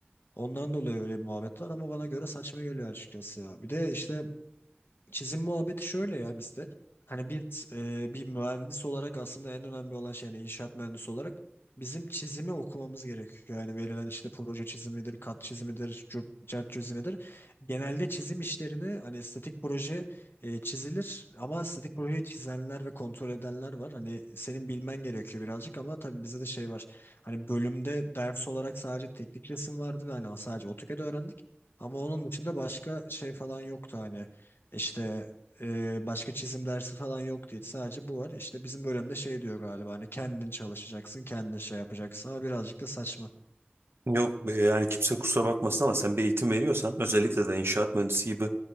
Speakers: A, on the left; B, on the right.
A: Ondan dolayı öyle bir muhabbet var ama bana göre saçma geliyor açıkçası ya. Bir de işte çizim muhabbeti şöyle ya bizde. Hani bir e, bir mühendis olarak aslında en önemli olan şey yani inşaat mühendisi olarak bizim çizimi okumamız gerekiyor. Yani verilen işte proje çizimidir, kat çizimidir, cürt, cart çizimidir. Genelde çizim işlerini hani estetik proje e, çizilir ama estetik projeyi çizenler ve kontrol edenler var. Hani senin bilmen gerekiyor birazcık ama tabii bizde de şey var. Hani bölümde ders olarak sadece teknik resim vardı ve hani sadece AutoCAD öğrendik. Ama onun dışında başka şey falan yoktu hani. İşte e, başka çizim dersi falan yoktu hiç. Sadece bu var. İşte bizim bölümde şey diyor galiba hani kendin çalışacaksın, kendin şey yapacaksın ama birazcık da saçma.
B: Yok e, yani kimse kusura bakmasın ama sen bir eğitim veriyorsan özellikle de inşaat mühendisi gibi